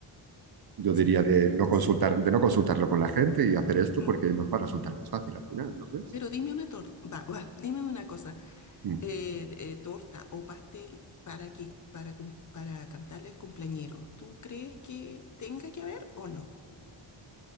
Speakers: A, on the right; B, on the left.
A: yo diría
B: sí,
A: de
B: exquisito.
A: no consultar, de no consultarlo con la gente y hacer
B: <clears throat>
A: esto porque nos va a resultar más fácil al final, ¿no crees?
B: Pero dime una torta, va, va, dime una cosa,
A: Mm.
B: eh, eh, torta o pastel para que, para, cum- para cantarle al cumpleañero. ¿Tú crees que tenga que haber o no?